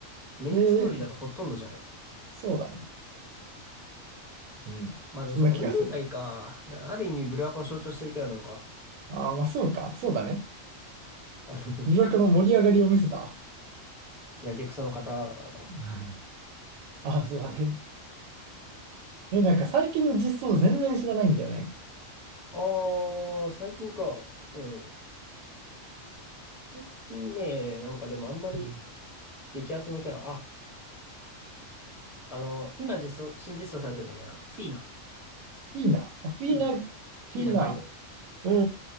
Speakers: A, in the centre; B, on the right.
A: メインストーリーだとほとんどじゃない。
B: で、そうだね。うん。
A: まあでもそうか、
B: そんな気がする。
A: 運動会か。なある意味、ブルアカを象徴してるキャラなのか。
B: ああ、まあそうか。そうだね。
A: あの、
B: ブラックの盛り上がりを見せた。
A: やけくその方だからな。
B: <laughs> ああ、そうだね。え、なんか最近の実装全然知らないんだよね。
A: ああ、最近か。うん。最近ね、なんかでもあんまり
B: うん。
A: 激アツのキャラ。あ、あの、今実装、新実装されてるのね、あの、フィーナ。
B: フィーナ。あ、フィーナ、
A: フィーナ。フ
B: フィーナ。
A: ィーナガイド。
B: おーおー